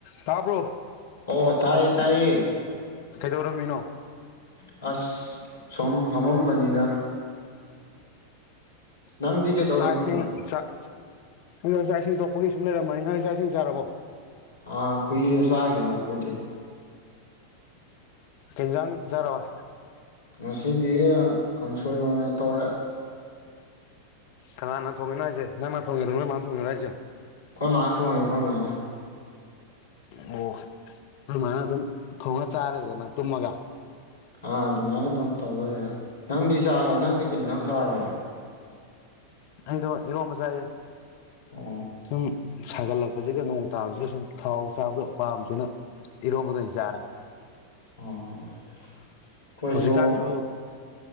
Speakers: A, on the left; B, on the left.
A: ꯇꯥꯕꯔꯣ꯫
B: ꯑꯣ ꯇꯥꯏꯌꯦ ꯇꯥꯏꯌꯦ꯫
A: ꯀꯩꯗꯧꯔꯝꯃꯤꯅꯣ꯫
B: ꯑꯁ ꯁꯨꯝ ꯐꯝꯃꯝꯕꯅꯤꯗ꯫ ꯅꯪꯗꯤ ꯀꯩꯗꯧꯔꯤꯅꯣ
A: ꯁꯥ ꯏꯁꯤꯡ ꯆꯥ ꯑꯗꯣ ꯆꯥꯛ ꯏꯁꯤꯡ ꯇꯣꯛꯄꯒꯤ ꯁꯨꯝ ꯂꯩꯔꯝꯕꯅꯤ ꯅꯪꯗꯤ ꯆꯥꯛ ꯏꯁꯤꯡ ꯆꯥꯔꯕꯣ꯫
B: ꯑ ꯀꯨꯏꯔꯦ ꯆꯥꯈꯤꯕ ꯑꯩꯈꯣꯏꯗꯤ꯫
A: ꯀꯩ ꯏꯟꯖꯥꯡ ꯆꯥꯔꯕ꯫
B: ꯉꯁꯤꯗꯤ ꯀꯥꯡꯁꯣꯏ ꯑꯣꯏꯅ ꯇꯧꯔꯦ꯫
A: ꯀꯅꯥꯅ ꯊꯣꯡꯉꯤꯅꯣ ꯍꯥꯏꯖꯦ ꯅꯪꯅ ꯊꯣꯡꯉꯤꯔꯣ ꯅꯣꯏ ꯃꯥꯅ ꯊꯣꯡꯉꯤꯔꯣ ꯍꯥꯏꯖꯦ꯫
B: ꯑꯩꯈꯣꯏ ꯃꯥꯥꯅ ꯊꯣꯡꯉꯦ ꯑꯩꯈꯣꯏ ꯃꯥꯥꯅ꯫
A: ꯑꯣ ꯅꯣꯏ ꯃꯥꯅ ꯑꯗꯨꯝ ꯊꯣꯡꯉ ꯆꯥꯔ ꯂꯩꯔꯦ ꯅꯪ ꯇꯨꯝꯃꯒ꯫
B: ꯑꯥ ꯑꯗꯨꯃꯥꯏꯅ ꯑꯗꯨꯝ ꯇꯧ ꯂꯩꯔꯦ ꯅꯪꯗꯤ ꯆꯥꯔ ꯅꯪꯗꯤ ꯀꯩ ꯏꯟꯖꯥꯡ ꯆꯥꯔꯕ꯫
A: ꯑꯩꯗꯣ ꯏꯔꯣꯝꯕ ꯆꯥꯏ꯫
B: ꯑꯣ
A: ꯁꯨꯝ ꯁꯥꯒꯠꯂꯛ ꯍꯧꯖꯤꯛꯒ ꯅꯣꯡ ꯇꯥꯕꯖꯤꯗ ꯁꯨꯝ ꯊꯥꯎ ꯆꯥꯕꯗꯣ ꯄꯥꯝꯗꯔꯦꯅ ꯏꯔꯣꯝꯕꯗ ꯑꯣꯏꯅ ꯆꯥꯔꯦ꯫
B: ꯎꯝ ꯑꯩꯈꯣꯏꯖꯨ
A: ꯍꯧꯖꯤꯛꯀꯥꯟꯁꯤꯕꯨ